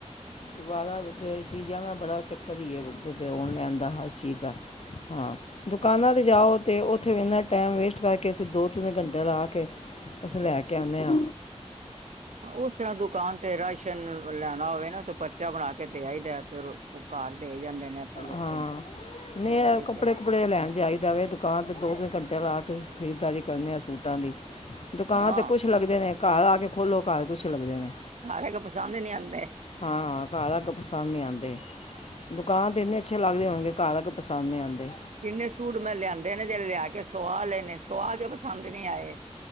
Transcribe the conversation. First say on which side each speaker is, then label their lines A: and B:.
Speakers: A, on the left; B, on the right.
A: ਦੋਬਾਰਾ ਫੇਰ ਚੀਜ਼ਾਂ ਦਾ ਬੜਾ ਚੱਕਰ ਈ ਏ। ਤੇ ਓਨਲੈਣ ਦਾ ਹਰ ਚੀਜ਼ ਦਾ ਹਾਂ ਦੁਕਾਨਾਂ ਤੇ ਜਾਓ ਤੇ ਓੱਥੇ ਵੀ ਇੰਨਾ ਟਾਈਮ ਵੇਸਟ ਕਰਕੇ ਅਸੀਂ ਦੋ-ਤਿੰਨ ਕੰਟੇ ਲਾ ਕੇ ਅਸੀਂ ਲੈ ਕੇ ਆਨੇ ਆ
B: ਉਸ ਤਰਾ ਦੁਕਾਨ ਤੇ ਰਾਸ਼ਨ ਲੈਣਾ ਹੋਵੇ ਨਾ ਤੇ ਪਰਚਾ ਬਣਾ ਕੇ ਦੇ ਆਇਦਾ ਫੇਰ ਓ ਘਰ ਦੇ ਜਾਂਦੇ ਨੇ ਐੱਥੇ ਲੋਕਲ
A: ਹਾਂ
B: ਈ
A: ਨੇ
B: <unintelligible>
A: ਕੱਪੜੇ ਲੈਣ ਜਾਈਦਾ ਵੇ ਦੁਕਾਨ ਤੇ ਦੋ-ਤਿੰਨ ਕੰਟੇ ਲਾ ਕੇ ਖਰੀਦਦਾਰੀ ਕਰਨੇ ਆ ਸੂਟਾਂ ਦੀ ਦੁਕਾਨ
B: ਹਾਂ
A: ਤੇ ਕੁੱਛ ਲੱਗਦੇ ਨੇ ਕੱਰ ਆ ਕੇ ਖੋਲੋ ਕਾਰ ਕੁਛ ਲੱਗਦੇ ਨੇ
B: ਕਾਰ ਆਕੇ ਪਸੰਦ ਨੀ ਆਂਦੇ।
A: ਹਾ ਕਾਰ ਅਕੇ ਪਸੰਦ ਨੀ ਆਂਦੇ। ਦੁਕਾਨ ਤੇ ਇੰਨੇ ਅੱਛੇ ਲੱਗਦੇ ਹੋਣਗੇ ਕਾਰ ਆਕੇ ਪਸੰਦ ਨੀ ਆਂਦੇ।
B: ਕਿੰਨੇ ਸੂਟ ਮੈਂ ਲਿਆਂਦੇ ਨੇ ਜੇੜੇ ਲਯਾ ਕੇ ਸੁਆਵ ਲੈਣੇ ਸੁਆਵ ਕੇ ਪਸੰਦ ਨੀ ਆਏ।